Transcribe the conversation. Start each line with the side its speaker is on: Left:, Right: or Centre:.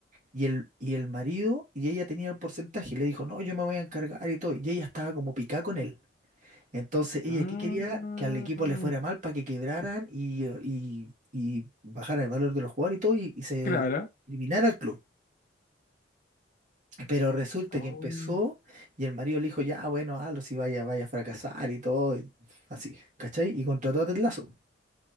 Right: Y el, y el marido y ella tenía el porcentaje y le dijo, no, yo me voy a encargar y todo. Y ella estaba como picada con él. Entonces ella
Left: Mm,
Right: que quería que al equipo le fuera mal para que quebraran y, y, y bajara el valor de los jugadores y todo y, y se
Left: Clara.
Right: eliminara el club. Pero resulta
Left: Oh,
Right: que empezó y el marido le dijo, ya, bueno, hazlo si vaya, vaya a fracasar y todo, y así, ¿cachai? Y contrató a Ted Lasso.